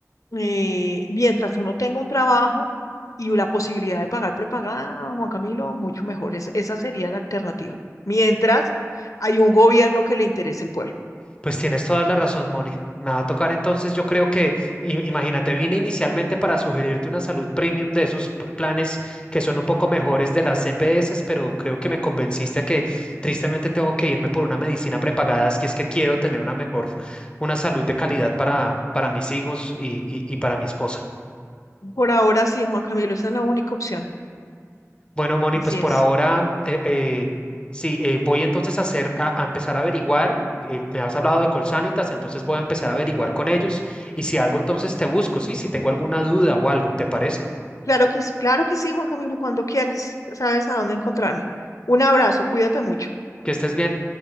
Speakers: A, on the left (about 80°); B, on the left (about 20°).
A: eh, mientras uno tenga un trabajo y la posibilidad de pagar prepagada, Juan Camilo, mucho mejor. Es- esa sería la alternativa. Mientras hay un gobierno que le interese el pueblo.
B: Pues tienes toda la razón, Moni. Me va a tocar entonces, yo creo que, i- imagínate, vine inicialmente para sugerirte una salud premium de esos pl- planes que son un poco mejores de las CPS, pero creo que me convenciste a que tristemente tengo que irme por una medicina prepagada si es que quiero tener una mejor, una salud de calidad para, para mis hijos y y- y para mi esposa.
A: Por ahora sí, Juan Camilo, esa es la única opción.
B: Bueno, Moni,
A: Así
B: pues por
A: es.
B: ahora, eh, eh, sí, eh, voy entonces a hacer, a, a empezar a averiguar. eh, me has hablado de Colsanitas, entonces voy a empezar a averiguar con ellos y si algo, entonces te busco, ¿sí? Si tengo alguna duda o algo, ¿te parece?
A: Claro que, claro que sí, Juan Camilo, cuando quieras. Ya sabes a dónde encontrarme. Un abrazo, cuídate mucho.
B: Que estés bien.